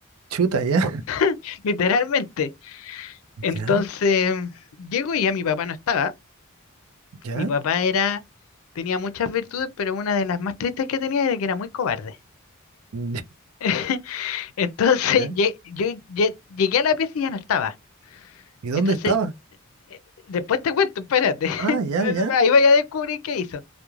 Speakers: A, on the right; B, on the left.
A: chuta, ya,
B: <laughs> literalmente. Entonces,
A: ya,
B: llego y ya mi papá no estaba.
A: ya,
B: Mi papá era, tenía muchas virtudes, pero una de las más tristes que tenía era que era muy cobarde.
A: mm,
B: <laughs> Entonces,
A: ya.
B: lle- yo lle- llegué a la pieza y ya no estaba.
A: ¿Y dónde
B: Entonces,
A: estaba?
B: eh, después te cuento, espérate. <laughs>
A: Ah, ya, ya,
B: Ahí vaya a descubrir qué hizo.